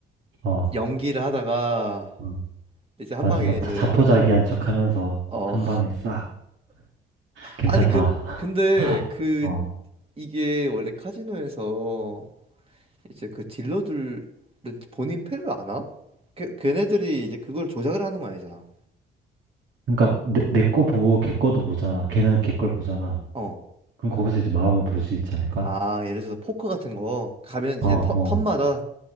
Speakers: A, on the right; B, on the right.
A: 어,
B: 연기를 하다가
A: 음.
B: 이제 한
A: 마지막
B: 방에 이제
A: 자, 자포자기한 척 하면서
B: 어
A: 한 방에 싹. 괜찮다.
B: 아니 그 근데
A: <laughs>
B: 그
A: 어.
B: 이게 원래 카지노에서 이제 그 딜러들은 본인 패를 아나? 걔, 걔네들이 이제 그걸 조작을 하는 건 아니잖아.
A: 그러니까 내, 내 거 보고 걔 거도 보잖아. 걔는 걔 걸 보잖아.
B: 어.
A: 그럼 거기서 이제 마음을 볼 수 있지 않을까?
B: 아, 예를 들어서 포커 같은 거 가면 이제
A: 어, 어,
B: 턴, 턴마다